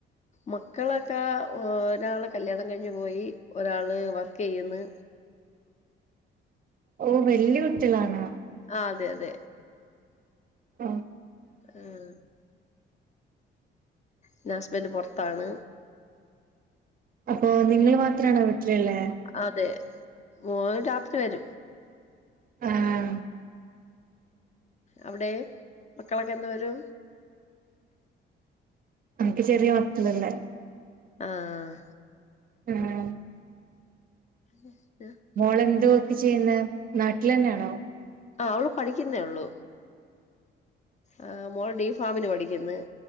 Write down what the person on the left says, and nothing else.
മക്കളൊക്കെ ഒരാൾ കല്യാണം കഴിഞ്ഞ് പോയി ഒരാൾ വർക്ക് ചെയ്യുന്നു
ആഹ് അതെ അതെ
ആഹ് എന്റെ ഹസ്ബൻഡ് പുറത്താണ്
അതെ മോള് രാത്രി വരും
അവിടെ മക്കളൊക്കെ എന്ന് വരും
ആഹ്
ഉ <unintelligible>
ആഹ് അവള് പഠിക്കുന്നേ ഉള്ളൂ ആഹ് മോൾ ഡി ഫാമിന് പഠിക്കുന്നു